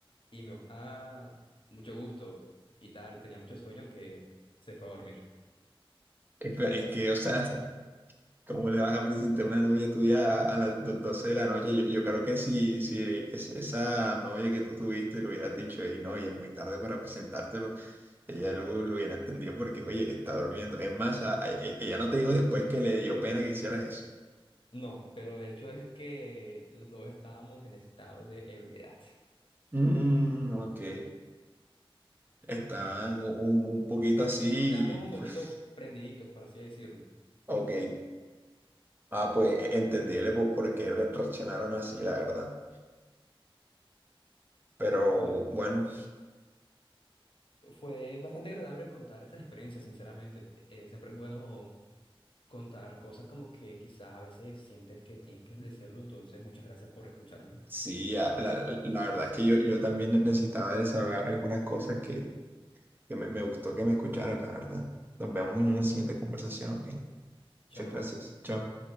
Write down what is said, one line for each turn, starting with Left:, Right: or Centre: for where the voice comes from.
Left: Y me dijo, ah, mucho gusto y tal. Tenía mucho sueño que se fue a dormir.
Right: Pero es que, o sea, ¿Cómo le vas a presentar una novia tuya a, a las do- 12 de la noche? Yo, yo creo que si, si es- esa novia que tú tuviste le hubieras dicho, hey, no, y es muy tarde para presentártelo, ella lo, lo hubiera entendido porque, oye, está durmiendo. Es más, a- a- e- ella no te dijo después que le dio pena que hicieras eso.
Left: No, pero de hecho es que los dos estábamos en estado de ebriedad.
Right: Mm, ok. Estaban un, un poquito así,
Left: Estábamos
Right: y,
Left: un
Right: pues,
Left: poquito prendiditos, por así decirlo.
Right: ok. Ah, pues e- entendible por, por qué re- reaccionaron así, la verdad. Pero
Left: Bueno,
Right: bueno.
Left: fue bastante agradable contar estas experiencias, sinceramente. Eh, siempre es bueno contar cosas como que quizás a veces sientes que tienes que decirlo, entonces muchas gracias por escucharme.
Right: Sí, a- la, la verdad es que yo, yo también necesitaba desahogar algunas cosas que, que me, me gustó que me escucharan, la verdad. Nos vemos en una siguiente conversación, ¿ok? Muchas
Left: Chao.
Right: gracias. Chao.